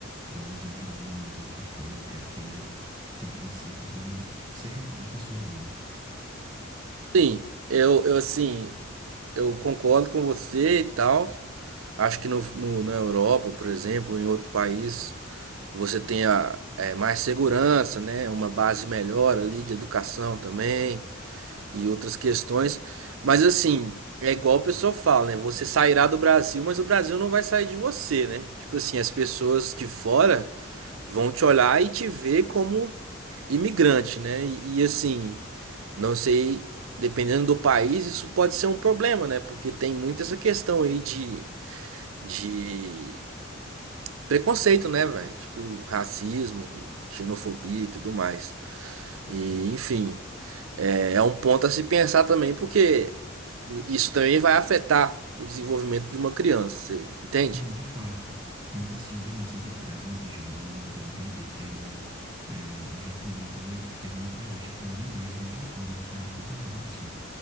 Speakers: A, on the right; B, on the right.
A: da, do Zé Droguinhas ou o que for. Eu quero que ele tenha princípios e seja uma pessoa boa.
B: Sim, eu, eu assim, eu concordo com você e tal. Acho que no, no- na Europa, por exemplo, em outro país, você tem a, é, mais segurança, né? Uma base melhor ali de educação também. e outras questões. Mas assim, é igual o pessoal fala, né? Você sairá do Brasil, mas o Brasil não vai sair de você, né? Tipo assim, as pessoas de fora vão te olhar e te ver como imigrante, né? E, e, assim, não sei, dependendo do país, isso pode ser um problema, né? Porque tem muito essa questão aí de, de preconceito, né, velho? Tipo, racismo e xenofobia e tudo mais. E, enfim. É, é um ponto a se pensar também, porque isso também vai afetar o desenvolvimento de uma criança, você entende?
A: Não, de fato. Mas assim, eu digo no sentido, por exemplo, Janda, eu lembro de um vídeo que era é, um japonês, ele fez uma entrevista com um homem negro no Japão, né? Que é uma coisa rara, assim.